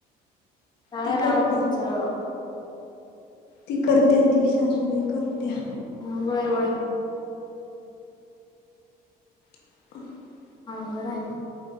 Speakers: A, on the left; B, on the left.
A: काय
B: ती करत्या
A: राव तुमचं
B: ती करत्या ती सासूबाई करत्या
A: व्हय व्हय
B: <inaudible>
A: अवघड हाय.